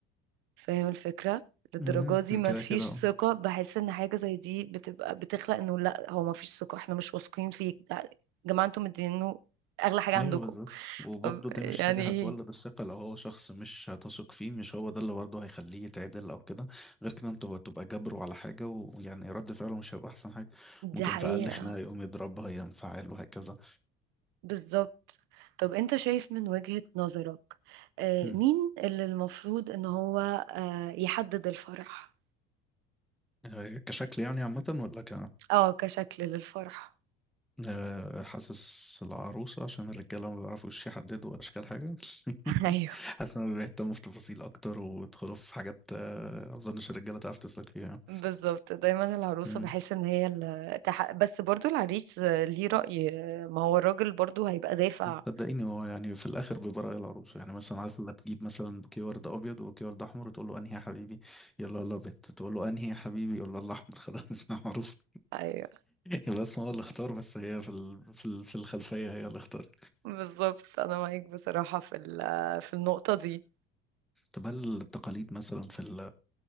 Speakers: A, on the right; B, in the centre.
A: فاهم الفكرة للدرجة
B: مم.
A: دي ما
B: كده
A: فيش
B: كده أه
A: ثقة بحس ان حاجة زي دي بتبقى بتخلق انه لا هو ما فيش ثقة احنا مش واثقين فيك ده- يا جماعة انتم مدينينه اغلى حاجة
B: أيوه
A: عندكم
B: بالظبط وبرضه
A: طب
B: دي
A: يعني
B: مش حاجة هتولد
A: ايه
B: الثقة لو هو شخص مش هتثق فيه مش هو ده اللي برضه هيخليه يتعدل أو كده غير كده أنت بتبقى جابره على حاجة ويعني رد فعله مش هيبقى أحسن حاجة
A: دي
B: ممكن
A: حقيقة
B: في أقل خناقة يقوم يضربها ينفعل وهكذا
A: بالظبط طب انت شايف من وجهة نظرك آه،
B: مم.
A: مين اللي المفروض ان هو آه، يحدد الفرح
B: آه، كشكل يعني عامة ولا ك
A: اه كشكل للفرح
B: آه، حاسس العروسة عشان الرجالة ما بيعرفوش يحددوا أشكال حاجة
A: <laughs>
B: <laughs>
A: ايوه
B: حاسس إنهم بيهتموا في تفاصيل أكتر ويدخلوا في حاجات آه، أظنش الرجالة تعرف تسلك فيها يعني
A: بالظبط دايما العروسة
B: مم.
A: بحس ان هي اللي تح... بس برضو العريس آه، ليه رأي آه، ما هو الراجل برضو هيبقى دافع
B: صدقيني هو يعني في الآخر بيبقى رأي العروسة يعني مثلا عارف اللي تجيب مثلا بوكيه ورد أبيض وبوكيه ورد أحمر وتقول له أنهي يا حبيبي يلا الأبيض تقول له أنهي يا حبيبي يلا الأحمر خلاص <laughs> أنا عروسة
A: ايوه
B: يبقى اسمه هو اللي اختار بس هي في ال... في ال... في الخلفية هي اللي اختارت
A: بالظبط انا معاك بصراحة في ال- في النقطة دي
B: طب هل التقاليد مثلا في ال